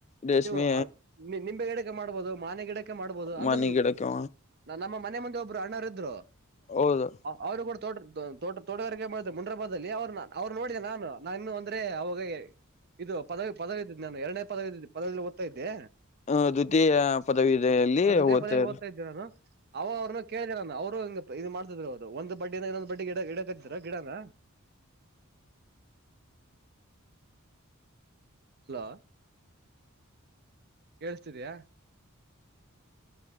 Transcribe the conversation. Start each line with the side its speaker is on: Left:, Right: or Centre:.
Left: ರೇಷ್ಮೆ
Right: ನೀವು ನಿಂಬೆ ಗಿಡಕ್ಕೆ ಮಾಡ್ಬೋದು ಮಾನೆ ಗಿಡಕ್ಕೆ ಮಾಡ್ಬೋದು ಅಂದ್ರೆ
Left: ಮನೆ ಗಿಡಕ್ಕೆ
Right: ನಮ್ಮ ಮನೆ ಮಂದಿ ಒಬ್ರು ಅಣ್ಣಾರು ಇದ್ರು
Left: ಹೌದು
Right: ಅವರು ತೋಟ ತೋಟ ತೋಟಗಾರಿಕೆ ಮಾಡಿದ್ರಾ ಮುನ್ರಾಬಾದದಲ್ಲಿ ಅವ್ರ ಅವ್ ನೋಿಡಿದ ನಾನು ನಾನ ಇನ್ನು ಅಂದ್ರೆ ಅವಾಗ ಇದು ಪದವಿ ಪದವಿ ಇದೆ ನಾನು ಎರನೇ ಪದವಿ ಇದ ಪದವಿ ಓದ್ತಾ ಇದ್ದೆ
Left: ಹ್ಮ ದ್ವಿತೀಯ ಪದವಿಲ್ಲಿ
Right: ದ್ವಿತೀಯ
Left: ಓದ್ತಾ
Right: ಪದವಿಲಿ ಇದ್ದೆ ನಾನು ಅವ ಅವ್ರನು ಕೇಳಿದರ ಅವರು ಹ ಇದು ಮಾಡ್ತಿದ್ರು ಅವರು ಒಂದು ಬಡ್ಡಿ ಇಂದ ಇನ್ನೊಂದು ಬಡ್ಡಿ ಗಿಡ ಗಿಡಕಟ್ಟಿದ್ರು ಗಿಡನ ಹಲೋ ಕೇಳಿಸ್ತಿದಯಾ